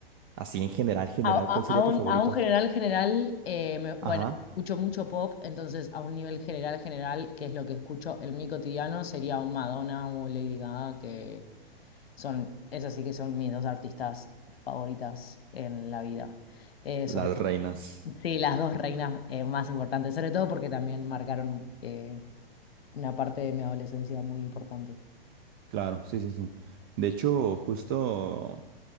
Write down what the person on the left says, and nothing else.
A, a-
a un,
a un general general, eh, me- bueno,
escucho mucho pop, entonces a un nivel general general, que es lo que escucho en mi cotidiano, sería un Madonna o Lady Gaga, que Son, esas sí que son mis dos artistas favoritas en la vida. Eh,
sobre,
sí, las dos reinas eh, más importantes, sobre todo porque también marcaron eh, una parte de mi adolescencia muy importante.